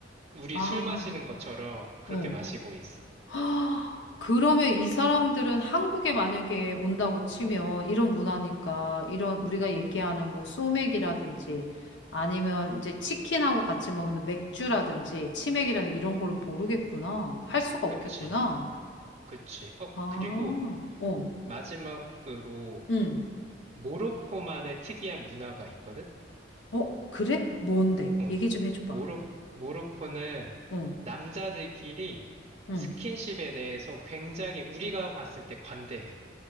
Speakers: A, on the right; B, on the left.
A: 우리
B: 아,
A: 술 마시는 것처럼 그렇게
B: 어.
A: 마시고 있어.
B: <gasps> 헉, 그러면 이 사람들은 한국에 만약에 온다고 치면 이런 문화니까 이런 우리가 얘기하는 뭐 소맥이라든지 아니면 이제 치킨하고 같이 먹는 맥주라든지 치맥이라든지 이런 걸 모르겠구나. 할 수가
A: 그치,
B: 없겠구나.
A: 그치. 어,
B: 아,
A: 그리고
B: 어.
A: 마지막으로
B: 응.
A: 모로코만의 특이한 문화가 있거든?
B: 어, 그래? 뭔데?
A: 어,
B: 얘기 좀 해줘봐.
A: 모로, 모로코는
B: 응,
A: 남자들끼리
B: 응.
A: 스킨십에 대해서 굉장히 우리가 봤을 때 관대해.